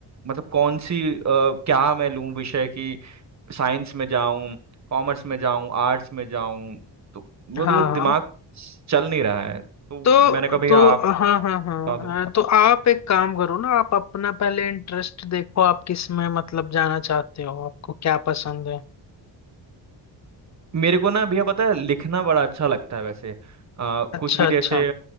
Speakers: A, on the right; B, on the left.
A: मतलब कौन सी अ, क्या मैं लूँ विषय की साइंस में जाऊँ कॉमर्स में जाऊँ आर्ट्स में जाऊँ तो वो
B: हाँ
A: तो वो दिमाग
B: हाँ
A: चल नहीं रहा है तो
B: तो
A: मैंने कहा भैया
B: तो
A: आप
B: हाँ हाँ हाँ
A: बता दो
B: तो आप एक काम करो ना आप अपना पहले इंटरेस्ट देखो आप किस में मतलब जाना चाहते हो आपको क्या पसंद है
A: मेरे को ना भैया पता है लिखना बड़ा अच्छा लगता है वैसे अ,
B: अच्छा
A: कुछ भी जैसे
B: अच्छा